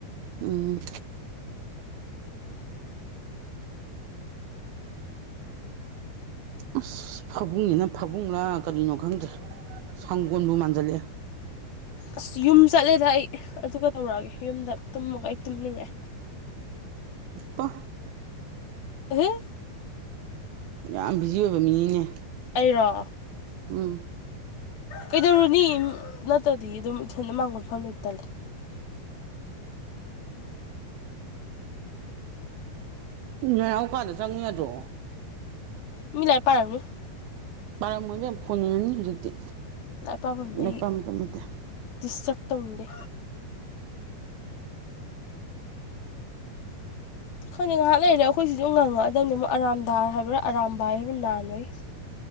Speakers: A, on the right; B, on the left.
A: ꯎꯝ ꯑꯁ ꯐꯕꯨꯡꯁꯤꯅ ꯐꯕꯨꯡꯂꯥ ꯀꯔꯤꯅꯣ ꯈꯪꯗ꯭ꯔꯦ ꯁꯪꯒꯣꯜꯕꯨ ꯃꯥꯟꯖꯜꯂꯛꯑꯦ
B: ꯑꯁ ꯌꯨꯝ ꯆꯠꯂꯦꯗ ꯑꯩ ꯑꯗꯨꯒ ꯇꯧꯔꯛꯑꯒꯦ ꯌꯨꯝꯗ ꯇꯨꯝꯃꯒ ꯑꯩ ꯇꯨꯝꯅꯤꯡꯉꯦ
A: ꯄ
B: <unintelligible>
A: ꯌꯥꯝ ꯕꯤꯖꯤ ꯑꯣꯏꯕ ꯃꯤꯅꯤꯅꯦ
B: ꯑꯩꯔꯣ
A: ꯎꯝ
B: ꯀꯩꯗꯧꯔꯨꯅꯤ ꯅꯠꯇ꯭ꯔꯗꯤ ꯑꯗꯨꯝ ꯏꯊꯟꯗ ꯃꯥꯡꯒꯣꯟ ꯐꯝ ꯂꯩꯕ ꯇꯥꯜꯂꯦ
A: ꯎꯝ ꯅꯥꯅꯥꯎ ꯀꯥꯗ ꯆꯪꯉꯨ ꯌꯗ꯭ꯔꯣ
B: ꯃꯤ ꯂꯥꯏꯔꯤꯛ ꯄꯔꯝꯅꯤ
A: ꯃꯔꯝ ꯑꯣꯏꯕ ꯌꯥꯝ ꯐꯣꯟꯅꯤꯡꯉꯅꯤ ꯍꯧꯖꯤꯛꯇꯤ
B: ꯂꯥꯏ ꯄꯥꯐꯝ
A: ꯂꯥꯏꯔꯤꯛ
B: ꯑꯩ
A: ꯄꯥ ꯃꯇꯝ ꯅꯠꯇꯦ
B: ꯗꯤꯁꯇꯔꯕ ꯇꯧꯅꯤꯡꯗꯦ ꯑꯩꯈꯣꯏꯗꯤ ꯉꯥꯏꯍꯥꯛ ꯂꯩꯔꯦ ꯑꯩꯈꯣꯏꯁꯤ ꯑꯗꯨꯝ ꯉꯪꯉꯛꯑꯗꯕꯅꯤ ꯑꯃꯨꯛ ꯑꯔꯥꯝꯗꯥꯔ ꯍꯥꯏꯕ꯭ꯔꯥ ꯑꯔꯥꯝꯕꯥꯏ ꯍꯥꯏꯕ ꯅꯥꯥꯟ ꯅꯣꯏꯒꯤ